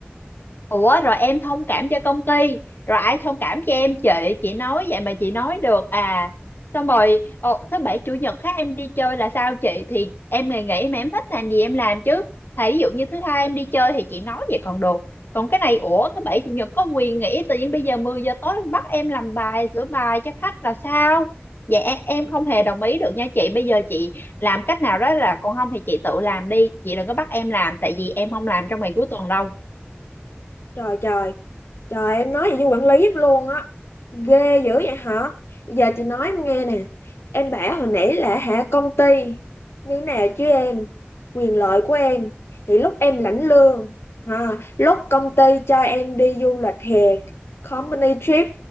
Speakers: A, on the left; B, on the left.
A: Ủa rồi em thông cảm cho công ty Rồi ai thông cảm cho em chị Chị nói vậy mà chị nói được à Xong rồi ồ, thứ bảy chủ nhật khác em đi chơi là sao chị Thì em ngày nghỉ mà em thích làm gì em làm chứ Thà ví dụ như thứ hai em đi chơi thì chị nói vậy còn được Còn cái này ủa thứ bảy chủ nhật có quyền nghỉ Tự nhiên bây giờ 10 giờ tối bắt em làm bài sửa bài cho khách là sao Dạ em em không hề đồng ý được nha chị Bây giờ chị làm cách nào đó là Còn không thì chị tự làm đi Chị đừng có bắt em làm Tại vì em không làm trong ngày cuối tuần đâu
B: trời trời Trời em nói vậy với quản lý luôn á Ghê dữ vậy hả Giờ chị nói em nghe nè Em bảo hồi nãy là hạ công ty Như nào chứ em Quyền lợi của em Thì lúc em lãnh lương à, Lúc công ty cho em đi du lịch hè Company trip